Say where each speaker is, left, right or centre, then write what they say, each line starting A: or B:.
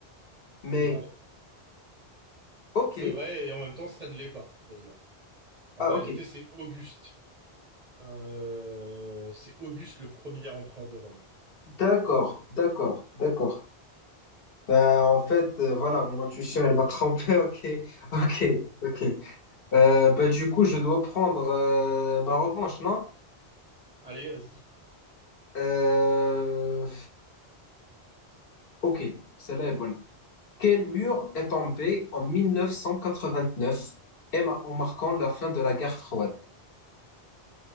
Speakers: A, on the left; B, on the right.
A: mais
B: C'est vrai.
A: ok.
B: C'est vrai, et en même temps, ça ne l'est pas, d'ailleurs. En
A: Ah,
B: réalité,
A: ok.
B: c'est Auguste. Euh, c'est Auguste le premier empereur de Rome.
A: D'accord, d'accord, d'accord. Ben, en fait, euh, voilà, mon intuition, elle m'a trompé. <laughs> Ok, ok, ok. Euh, ben, du coup, je dois prendre euh, ma revanche, non?
B: Allez, vas-y.
A: Euh, ok, celle-là est bonne. Quel mur est tombé en 1989 et ma- en marquant la fin de la guerre froide?